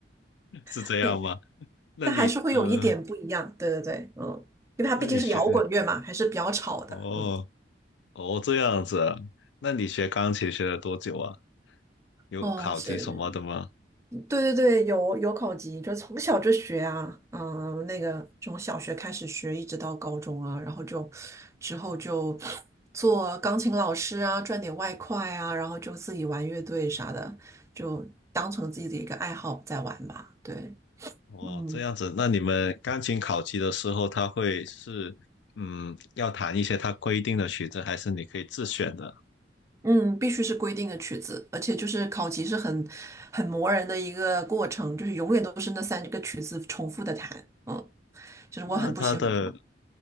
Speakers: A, on the left; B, on the right.
A: <laughs> 是这样吗？
B: <laughs> 对，
A: 那你呃，
B: 但还是会有一点不一样。对对对，嗯，因为它毕竟是摇滚乐嘛，
A: 那你学
B: 还是比较吵的。
A: 哦
B: 嗯，
A: 哦这样子啊那你学钢琴学了多久啊？有考级什么的吗？
B: 哦，是对对对，有有考级，就从小就学啊，嗯，那个从小学开始学，一直到高中啊，然后就之后就做钢琴老师啊，赚点外快啊，然后就自己玩乐队啥的，就当成自己的一个爱好在玩吧。对，
A: 哦，
B: 嗯
A: 这样子，那你们钢琴考级的时候，他会是嗯，要弹一些他规定的曲子，还是你可以自选的？
B: 嗯，必须是规定的曲子，而且就是考级是很很磨人的一个过程，就是永远都是那三个曲子重复的弹，嗯，就是我很不喜欢考。
A: 那他的，